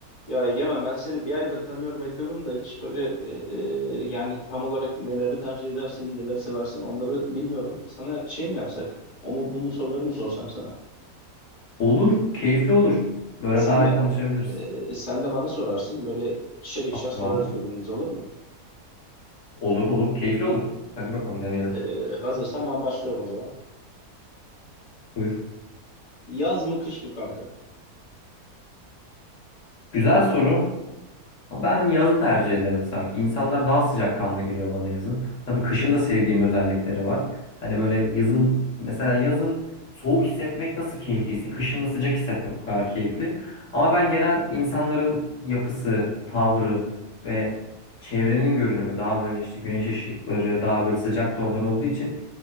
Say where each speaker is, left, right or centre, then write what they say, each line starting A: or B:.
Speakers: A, on the left (about 40°); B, on the left (about 60°).
A: Ya Egemen ben seni bir aydır tanıyorum ediyorum da hiç böyle e, e, yani tam olarak neleri tercih edersin, neleri seversin onları bilmiyorum. Sana şey mi yapsak? O mu bu mu soruları mı sorsam sana?
B: Olur, keyifli olur. Böyle
A: Sen
B: daha
A: de
B: iyi tanışabiliriz.
A: e, sen de bana sorarsın. Böyle ikişer ikişer sorarız
B: Tamam.
A: birbirimize olur mu?
B: Olur olur, keyifli olur. Hadi bakalım deneyelim.
A: E, hazırsan ben başlıyorum o zaman.
B: Buyur.
A: Yaz mı kış mı kanka?
B: Güzel soru. Ben yazı tercih ederim sanki. İnsanlar daha sıcakkanlı geliyor bana yazın. Tabii kışın da sevdiğim özellikleri var. Hani böyle yazın mesela yazın soğuk hissetmek nasıl keyifliyse kışın da sıcak hissetmek o kadar keyifli. Ama ben genel insanların yapısı, tavrı ve çevrenin görünümü daha böyle işte güneş ışıkları, daha böyle sıcak tonlar olduğu için